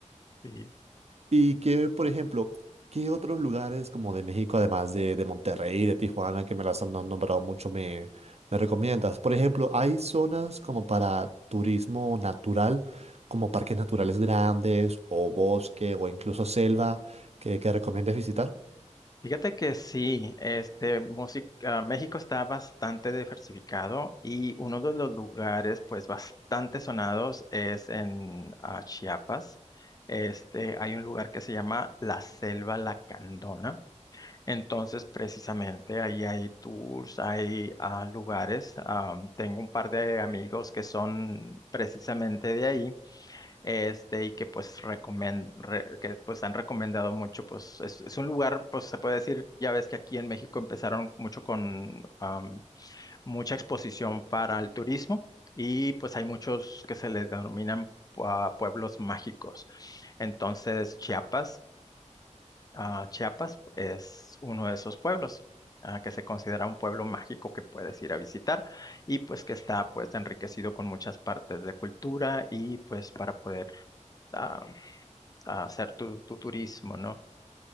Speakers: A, on the left; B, on the right.
A: Sí.
B: Y que, por ejemplo, ¿qué otros lugares como de México, además de, de Monterrey y de Tijuana, que me las han nombrado mucho, me, me recomiendas? Por ejemplo, ¿hay zonas como para turismo natural, como parques naturales grandes, o bosque, o incluso selva, que, que recomiendes visitar?
A: Fíjate que sí, este músic- ah, México está bastante diversificado y uno de los lugares pues bastante sonados es en ah, Chiapas. Este, hay un lugar que se llama La Selva Lacandona. Entonces, precisamente ahí hay tours, hay ah, lugares. Ah, tengo un par de amigos que son precisamente de ahí este, y que pues recomen- re- que pues han recomendado mucho, pues es, es un lugar, pues se puede decir, ya ves que aquí en México empezaron mucho con am, mucha exposición para el turismo y pues hay muchos que se les denominan ah, pueblos mágicos. Entonces, Chiapas, ah, Chiapas es uno de esos pueblos. ah, que se considera un pueblo mágico que puedes ir a visitar y pues que está pues enriquecido con muchas partes de cultura y pues para poder ah, a hacer tu, tu turismo, ¿no?